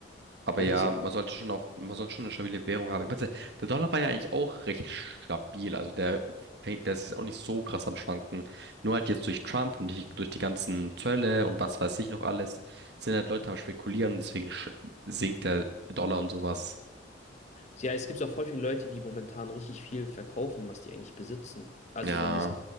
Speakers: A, on the right (about 60°); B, on the left (about 40°).
A: Aber
B: Ja,
A: ja,
B: das auch.
A: man sollte schon auf, man sollte schon eine stabile Währung haben. Ich meine, der Dollar war ja eigentlich auch recht stabil. Also der, fängt- der ist jetzt auch nicht so krass am Schwanken. Nur halt jetzt durch Trump und die, durch die ganzen Zölle und was weiß ich noch alles, sind halt Leute am Spekulieren. Deswegen sch- sinkt der Dollar und sowas.
B: Ja, es gibt auch voll viele Leute, die momentan richtig viel verkaufen, was die eigentlich besitzen. Also
A: Ja,
B: so mäßig